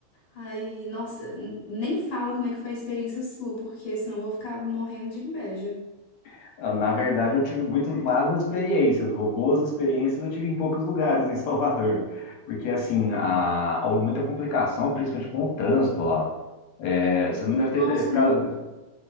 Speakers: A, on the left (about 50°); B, on the left (about 70°).
A: Aí, nossa, n- nem fala como é que foi a experiência sua, porque senão eu vou ficar morrendo de inveja.
B: <laughs> Na verdade, eu tive muitas más experiências, bo- boas experiências eu tive em poucos lugares em Salvador. Porque, assim, a, houve muita complicação, principalmente com o trânsito lá. É, você não deve
A: Nossa,
B: ter ficado.
A: não